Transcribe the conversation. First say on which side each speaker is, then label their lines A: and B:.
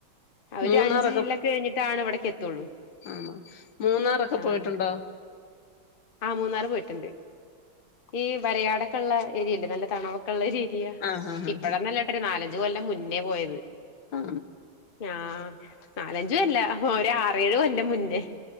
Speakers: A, on the left; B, on the left.
A: ഒരു
B: മൂന്നാറൊക്കെ
A: അഞ്ച് ജില്ല കഴിഞ്ഞിട്ടാണ് ഇവിടക്ക് എത്തുള്ളൂ
B: ആ മൂന്നാറൊക്കെ
A: ആഹ്
B: പോയിട്ടുണ്ടോ
A: ആ മൂന്നാർ പോയിട്ടുണ്ട് ഈ വരയാടക്ക് കൊള്ളാം എരി അല്ല നല്ല തണുപ്പ് ഉള്ള രീതിയാ
B: ആഹ് ആഹ് ആഹ്
A: ഇപ്പോഴെന്നല്ലാട്ടോ ഒരു നാലഞ്ച് ത്തു കൊല്ലം മുന്നേ പോയത്
B: ആ ആ
A: ആ നാല് നാലഞ്ചുമല്ല ഒരാറ് ഏഴ് കൊല്ലം മുന്നേ